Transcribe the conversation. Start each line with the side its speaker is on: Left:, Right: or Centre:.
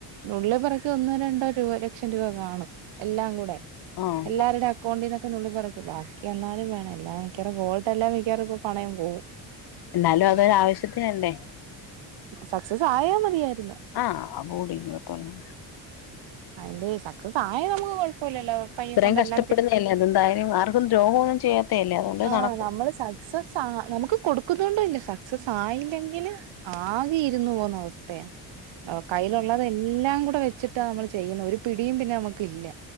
Right: നുള്ളി പറ.. ഒന്നോ രണ്ടോ രൂപ ലക്ഷം രൂപ കാണും എല്ലാം കൂടെ
Left: ആഹ്
Right: എല്ലാവരുടെ അക്കൗണ്ടിൽന്നൊക്കെ നു ള്ളി പറക്കളാ എന്നാലും വേണം എല്ലാം മിക്കവാറും ഗോൾഡ്ല്ലാം മിക്കാറും ഇപ്പ പണയം പോവും
Left: എന്നാലും
Right: ആഹ
Left: അതൊരു ആവശ്യത്തിനല്ലേ
Right: സക്സസ് ആയാ മതിയായിരുന്നു
Left: ആഹ് അബൂടിങ്ങോട്ട് വന്ന്
Right: അതിന്റെ സക്സസ് ആയ നമുക്ക് കുഴപ്പമില്ലല്ലോ. പയ്യെ
Left: ഇത്രയും
Right: കൊണ്ടെല്ലാം
Left: കഷ്ടപ്പെടുന്നല്ലേ
Right: തിരി
Left: അതെന്തായാലും ആർക്കും ദ്രോഹൊന്നും ചെയ്യാത്തല്ലേ അതുകൊണ്ട് അത്നടക്കും.
Right: ആഹ് നമ്മള് സക്സസ് ആഹ് നമുക്ക് കൊടുക്കുന്നുണ്ട ഇല്ല സക്സസ് ആയില്ലെങ്കില് ആകെ ഇരുന്നു പോവുന്ന അവസ്ഥയ. കയ്യിലുള്ളത് എല്ലാം കൂടെ വെച്ചിട്ട നമ്മള് ചെയ്യുന്ന ഒരു പിടിയും പിന്നെ നമ്മുക്ക് ഇല്ല.